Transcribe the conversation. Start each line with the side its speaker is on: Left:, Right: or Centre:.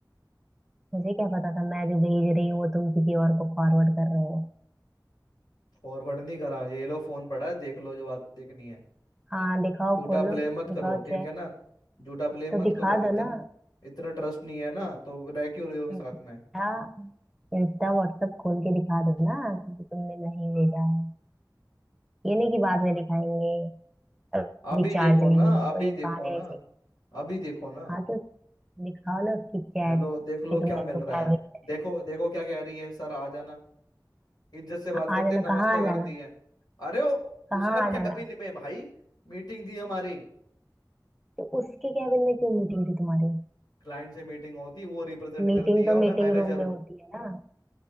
Centre: मुझे क्या पता था मैं जो भेज रही हूँ वो तुम किसी और को फॉरवर्ड कर रहे हो
Left: फॉरवर्ड नहीं करा ये लो फोन पड़ा है देख लो जो बात देखनी है
Centre: हाँ दिखाओ
Left: झूठा
Centre: खोलो
Left: ब्लेम मत
Centre: दिखाओ
Left: करो ठीक
Centre: चेक
Left: है ना झूठा ब्लेम
Centre: तो
Left: मत
Centre: दिखा
Left: करो
Centre: दो
Left: इतना
Centre: ना
Left: इतना ट्रस्ट नहीं है ना तो रह क्यों रहे हो भी
Centre: इंस्टा
Left: साथ में
Centre: इंस्टा व्हाट्सएप खोल के दिखा दो ना कि तुमने नहीं भेजा है ये नहीं कि बाद में दिखाएंगे अभी
Left: अभी
Centre: चार्ज
Left: देखो
Centre: नहीं
Left: ना
Centre: है
Left: अभी
Centre: तो ये
Left: देखो
Centre: बहाने
Left: ना
Centre: में से
Left: अभी देखो ना
Centre: हाँ तो दिखाओ ना उसकी चैट
Left: हेलो देख लो
Centre: कि तुमने
Left: क्या मिल
Centre: इसको
Left: रहा
Centre: क्या
Left: है
Centre: भेजा
Left: देखो देखो क्या कह रही है सर आ जाना इज्जत से बात
Centre: हाँ,
Left: करती
Centre: आ जाना
Left: है नमस्ते
Centre: कहाँ आ
Left: करती
Centre: जाना
Left: है अरे वो
Centre: कहाँ
Left: उसका
Centre: आ
Left: कैबिन
Centre: जाना
Left: में भाई मीटिंग थी हमारी
Centre: तो उसके कैबिन में क्यों मीटिंग थी तुम्हारी
Left: क्लाइंट से मीटिंग होती वो रिप्रेजेंट
Centre: मीटिंग
Left: करती है
Centre: तो
Left: और
Centre: मीटिंग
Left: मैं मैनेजर
Centre: रूम
Left: हूँ
Centre: में होती है ना